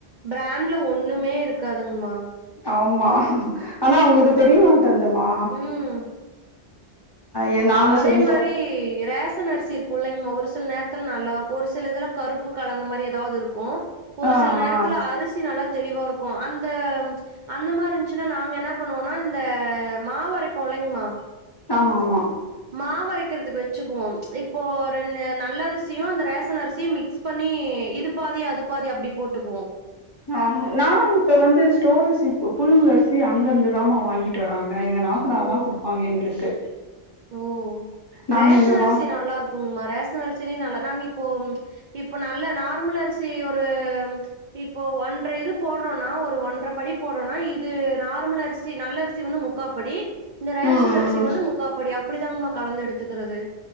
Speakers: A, on the right; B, on the left.
A: பிராண்ட்ல ஒண்ணுமே இருக்காதுங்மா
B: ஆமா ஆனா அவுங்களுக்கு தெரியமாட்டேன்துமா
A: ம்
B: ஏ நாங்க
A: அதே
B: சொல்லிட்டோ
A: மாரி ஏ ரேஷன் அரிசி இருக்குல்லைங்கிம்மா ஒரு சில நேரத்ல நல்லா இருக்கு ஒரு சில இதுல கருப்பு கலந்து மாரி ஏதாவது இருக்கு ஒரு
B: ஆ
A: சில நேரத்துல
B: ஆ
A: அரிசி நல்லா தெளிவா இருக்கு அந்த அந்த மாரி இருந்துச்சுன்னா நாங்க என்ன பண்ணுவோனா இந்த மாவரைப்போ இல்லைங்மா
B: ஆமாமா
A: மாவரைக்கற்துக்கு வச்சுக்குவோ இப்போ ரெண்டு நல்ல அரிசியு இந்த ரேசன் அரிசியு மிக்ஸ் பண்ணி இது பாதி அது பாதி அப்டி போட்டுக்குவோ
B: ஆ நா இப்ப வந்து ஸ்டோர்ரிசி புழுங்கலரிசி அங்க இருந்துதாம வாங்கிட்டு வராங்க எங்க நா த்தனார்
A: ஓ!
B: தா குடுப்பாங்க எங்களுக்கு
A: ஓ
B: நாங்க
A: ரேசன்
B: இங்க
A: அரிசி
B: வா
A: நல்லா இருக்குங்கமா ரேசன் அரிசிலயு நல்லா நாங்க இப்போ இப்போ நல்ல நார்மல் அரிசி ஒரு இப்போ ஒன்ர இது போட்றோன்னா ஒரு ஒன்ற படி போட்றோன்னா இது நார்மல் அரிசி நல்ல அரிசி வந்து மு முக்காப்படி இந்த ரேசன்
B: ம்
A: அரிசி
B: ம்
A: வந்து முக்காப்படி அப்டிதாங்ம்மா கலந்து எடுத்துக்கறது